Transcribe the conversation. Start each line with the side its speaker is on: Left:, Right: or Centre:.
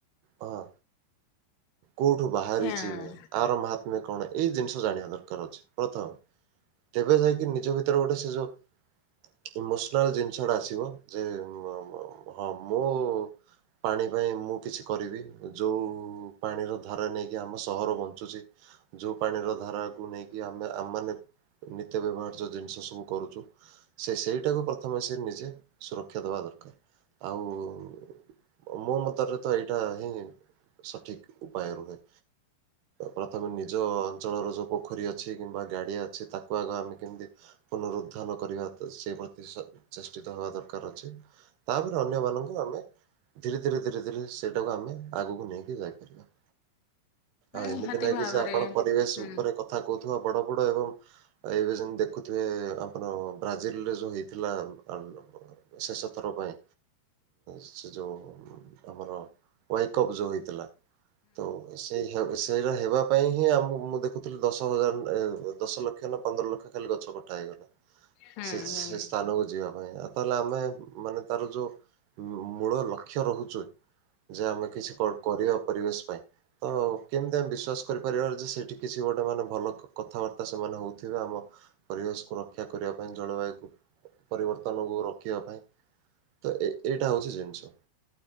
Right: ହଁ। କୋଉଠୁ ବାହାରିଛି
Left: ହଁ
Right: ଆର ମହାତ୍ମ୍ୟ କଣ ଏଇ ଜିନିଷ ଜାଣିବା ଦରକାର ଅଛି ପ୍ରଥମେ ତେବେ ଯାଇକି ନିଜ ଭିତରେ ଗୋଟେ ସେ ଯୋଉ ଇମୋସନାଲ ଜିନିଷଟା ଆସିବ ଯେ ମୁଁ ହଁ ମୁଁ ପାଣି ପାଇଁ ମୁଁ କିଛି କରିବି। ଯୋଉ ପାଣିର ଧାରା ନେଇକି ଆମ ସହର ବଞ୍ଚୁଚି। ଯୋଉ ପାଣିର ଧାରାକୁ ନେଇକି ଆମେ ଆମେ ମାନେ ନିତ୍ୟ ବ୍ୟବହାର୍ଯ୍ୟ ଜିନିଷ ସବୁ କରୁଚୁ। ସେ ସେଇଟାକୁ ପ୍ରଥମେ ସେ ନିଜେ ସୁରକ୍ଷା ଦବା ଦରକାର ଆଉ ମୋ ମତରେ ତ ଏଇଟା ହିଁ ସଠିକ୍ ଉପାୟ ରୁହେ। ପ୍ରଥମେ ନିଜ ଅଞ୍ଚଳର ଯୋଉପୋଖରୀ ଅଛି। କିମ୍ବା ଗାଡ଼ିଆ ଅଛି। ତାକୁ ଆଗ ଆମେ କେମିତି ପୁନରୁଦ୍ଧାନ କରିବା ସେ ପ୍ରତି ଚେଷ୍ଟିତ ହେବା ଦରକାର ଅଛି। ତାପରେ ଅନ୍ୟମାନଙ୍କୁ ଆମେ ଧୀରେ ଧୀରେ ଧୀରେ ସେଇଟାକୁ ଆମେ ଆଗକୁ ନେଇକି ଯାଇପାରିବା। ଆଉ ଏମିତି
Left: ନିହାତି
Right: ନାହିଁ
Left: ଭାବରେ
Right: କି ଯେ ଆପଣ ପରିବେଶ
Left: ହୁଁ
Right: ଉପରେ କଥା କହୁଥିବା ବଡ ବଡ ଏବଂ ଆଉ ଏବେ ଯେମିତି ଦେଖୁଥିବେ ଆପଣ ବ୍ରାଜିଲ ରେ ଯୋଉ ହେଇଥିଲା ଆଣୁରୋପଣ। ଶେଷଥର ପାଇଁ ସେ ଯୋଉ ଆମର ୱାଇ କପ୍ ଯୋଉ ହେଇଥିଲା ତ ସେଇ ସେଇରା ହେବା ପାଇଁ ହିଁ ଆମ ମୁଁ ଦେଖୁଥିଲି ଦଶ ହଜାର ଦଶ ଲକ୍ଷ ନା ପନ୍ଦର ଲକ୍ଷ ଖାଲି ଗଛ କ କଟା ହେଇଗଲା।
Left: ହୁଁ
Right: ସେ ସେ
Left: ହୁଁ
Right: ସ୍ଥାନକୁ ଯିବା ପାଇଁ ଆ ତାହେଲେ ଆମେ ମାନେ ତାର ଯୋଉ ମୂଳ ଲକ୍ଷ୍ୟ ରହୁଚି। ଯେ ଆମେ କିଛି କଣ କରିବା ପରିବେଶ ପାଇଁ? ତ କେମିତି ଆମେ ବିଶ୍ୱାସ କରିପାରିବାରେ ଯେ ସେଇଠି କିଛି ଗୋଟେ ମାନେ ଭଲ କଥାବାର୍ତ୍ତା ସେମାନେ ହଉଥିବେ ଆମ ପରିବେଶକୁ ରକ୍ଷା କରିବା ପାଇଁ ଜଳବାୟୁକୁ ପରିବର୍ତ୍ତନ ଓ ରୋକିବା ପାଇଁ ତ ଏ ଏଇଟା ହୋଉଚି ଜିନିଷ।